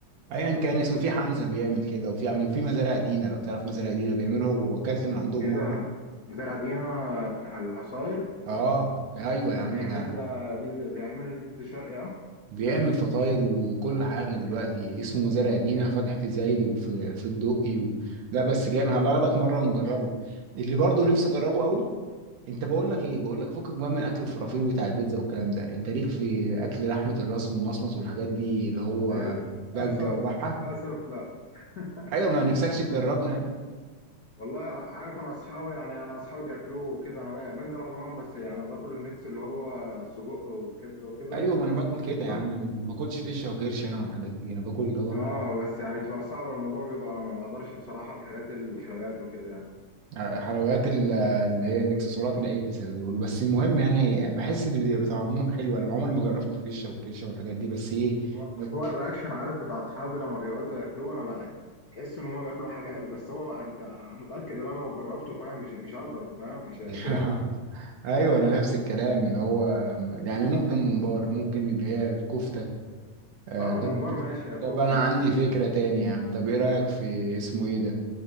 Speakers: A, on the right; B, on the left.
A: ايا كان اسمه في حمزه بيعمل كده وفي عم وفي مزارع دينا لو تعرف مزارع دينا بيعمله هو واكلت من عندهم
B: كده
A: مره
B: مزارع دينا بتاع العصاير
A: اه ايوه يا عم
B: بيعمل
A: ده
B: آه، بيز- بيعمل البيتزا الشرقي اه
A: بيعمل فطاير وكل حاجة دلوقتي اسمه مزارع دينا فاتح في زايد وفي في الدقي و... لا بس جاي
B: ده جامد
A: ما هبقى اخدك
B: ده
A: مرة ونجربه اللي برضه نفسي اجربه قوي انت بقول لك ايه بقول لك فكك بقى من اكل الفرافير بتاع البيتزا والكلام ده انت ليك في اكل لحمة الراس والمصمص والحاجات دي اللي هو
B: للأسف
A: بجة وبحة
B: للأسف لا <laughs>
A: ايوه ما نفسكش تجربه يعني
B: والله عارف انا اصحابي يعني انا اصحابي بياكلوه وكده انا بقى- بنزل اقعد معاهم بس يعني باكل الميكس اللي هو سجق وكبده وكده
A: ايوه ما انا باكل كده
B: كفته
A: يا عم انا ما باكلش فيشه وكرش انا والحاجات دي انا باكل اللي هو
B: اه بس يعني تبقى صعبه الموضوع بيبقى ما بقدرش بصراحه الحاجات الحلويات وكده يعني
A: آه، حلويات ال- اللي هي الاكسسوارات العجل زي ما بيقولوا بس المهم يعني بحس ان بيبقى طعمهم حلو انا عمري ما جربت الفشه والكرشه والحاجات دي بس ايه
B: هو
A: بت-
B: هو الرياكشن عارف بتاع اصحابي لما بيقعدوا ياكلوه انا بقى تحس ان هم بياكلوا حاجه حلوه بس هو انت متاكد ان انا لو جربته فاهم مش مش هقدر فاهم مش
A: <laughs>
B: مش هينفع
A: ايوه انا نفس الكلام اللي هو يعني ممكن ممبار ممكن اللي هي الكفته آه
B: اه
A: طب
B: ممبار ماشي
A: طب
B: كفته
A: انا
B: ماشي
A: عندي فكره
B: كده
A: تاني
B: ماشي
A: يا عم طب ايه رايك في اسمه ايه ده